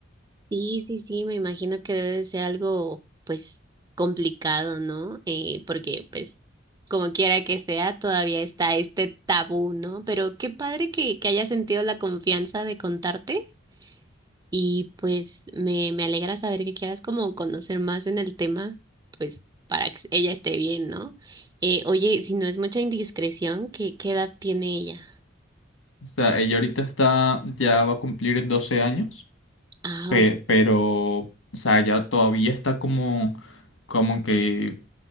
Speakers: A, on the right; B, on the left.
A: Sí, sí, sí, me imagino que debe de ser algo, pues, complicado, ¿no? Eh, porque, pues, como quiera que sea, todavía está este tabú, ¿no? Pero qué padre que, que hayas sentido la confianza de contarte y, pues, me, me alegra saber que quieras como conocer más en el tema, pues, para que ella esté bien, ¿no? Eh, oye, si no es mucha indiscreción, ¿qué, qué edad tiene ella?
B: O sea, ella ahorita está, ya va a cumplir 12 años,
A: Ah,
B: pe- pero, o sea, ya todavía está como, como que